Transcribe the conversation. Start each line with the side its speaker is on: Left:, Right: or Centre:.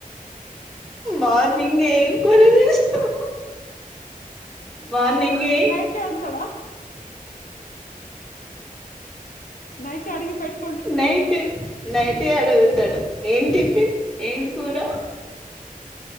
Centre: మార్నింగ్ ఏం కూర చేసినవు మార్నింగే
Left: నైట్ అడుగుతాడా నైట్ అడిగి పెట్టు
Centre: నైటే నైటే అడుగుతడు ఏం టిఫిన్ ఏం కూర